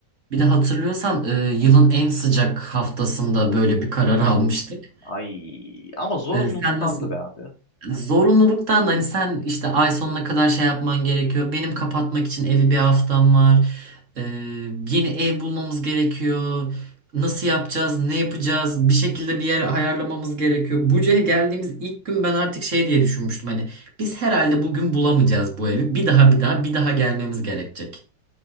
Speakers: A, on the right; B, on the left.
A: bir de hatırlıyorsan e, yılın en sıcak haftasında böyle bir karar
B: Ay,
A: almıştık.
B: ay. Ama zorunluluktandı
A: E, sen nasıl
B: be abi.
A: Zorunluluktan da hani sen işte ay sonuna kadar şey yapman gerekiyor. Benim kapatmak için evi bir haftam var. Ee, yeni ev bulmamız gerekiyor. Nasıl yapacağız? Ne yapacağız? Bir şekilde bir yer ayarlamamız gerekiyor. Buca'ya geldiğimiz ilk gün ben artık şey diye düşünmüştüm. Hani biz herhalde bugün bulamayacağız bu evi. Bir daha bir daha bir daha gelmemiz gerekecek.